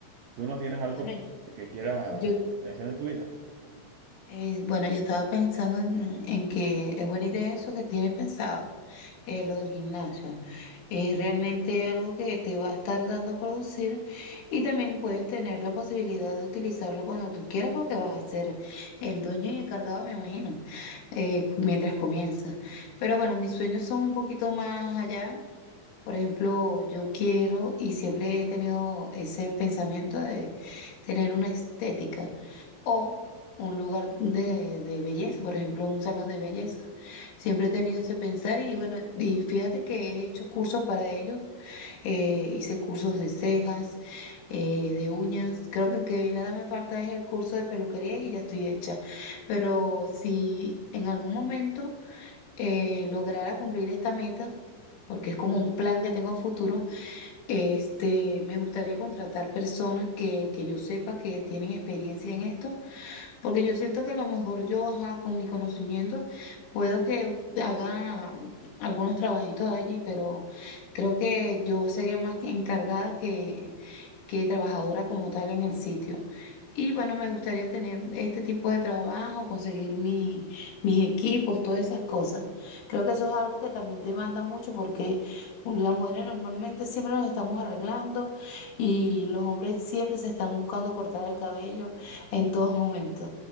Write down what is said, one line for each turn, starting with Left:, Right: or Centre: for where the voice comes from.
Right: ¿Tú no tienes algo
Left: Bueno,
Right: que, que quieras
Left: yo,
Right: realizar en tu vida?
Left: eh, bueno, yo estaba pensando en, en que es buena idea eso que tienes pensado, eh, lo del gimnasio. Es realmente algo que te va a estar dando a producir y también puedes tener la posibilidad de utilizarlo cuando tú quieras porque vas a ser el dueño y encargado, me imagino, eh, mientras comienzas. Pero bueno, mis sueños son un poquito más allá. Por ejemplo, yo quiero y siempre he tenido ese pensamiento de tener una estética o un lugar de, de belleza, por ejemplo, un salón de belleza. Siempre he tenido ese pensar y bueno, y fíjate que he hecho cursos para ellos. eh, hice cursos de cejas, eh, de uñas. Creo que, que nada me falta es el curso de peluquería y ya estoy hecha. Pero si en algún momento eh, lograra cumplir esta meta, porque es como un plan que tengo a futuro, este, me gustaría contratar personas que, que yo sepa que tienen experiencia en esto porque yo siento que a lo mejor yo, ajá, con mi conocimiento, puedo que haga algunos trabajitos allí, pero creo que yo sería más que encargada que, que trabajadora como tal en el sitio. Y bueno, me gustaría tener este tipo de trabajo, conseguir mi, mis equipos, todas esas cosas. Creo que eso es algo que también demanda mucho porque las mujeres normalmente siempre nos estamos arreglando y los hombres siempre se están buscando cortar el cabello en todos momentos